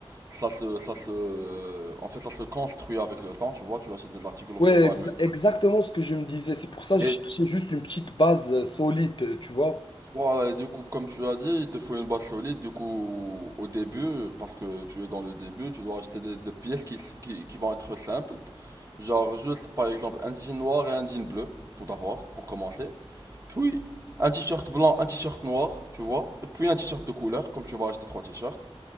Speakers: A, on the right; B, on the left.
A: ça se, ça se, en fait, ça se construit avec le temps, tu vois, tu achètes des articles au
B: Ouais,
A: fur et
B: ex-
A: à mesure.
B: exactement ce que je me disais. C'est pour ça
A: Et
B: que je cherchais juste une petite base euh, solide, tu vois.
A: voilà, et du coup, comme tu as dit, il te faut une base solide, du coup, au début, parce que tu es dans le début, tu dois acheter des, des pièces qui, s- qui, qui vont être simples, genre juste, par exemple, un jean noir et un jean bleu, tout d'abord, pour commencer. Puis un t-shirt blanc, un t-shirt noir, tu vois. Et puis un t-shirt de couleur, comme tu vas acheter trois t-shirts.